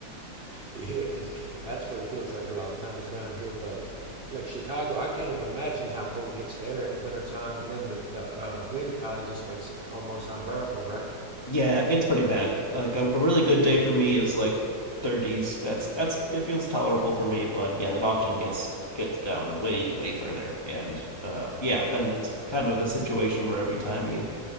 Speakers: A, on the right (about 45°); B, on the left (about 30°).
A: Yeah, because that's what it feels like a lot of times around here. But like Chicago, I can't even imagine how cold it gets there in the wintertime. And then the, the uh, wind probably just makes it almost unbearable, right?
B: Yeah, it's pretty bad. Like a, a really good day for me is like 30s. That's that's it feels tolerable for me, but yeah, it often gets gets down way way further. And uh yeah, then it's kind of the situation where every time you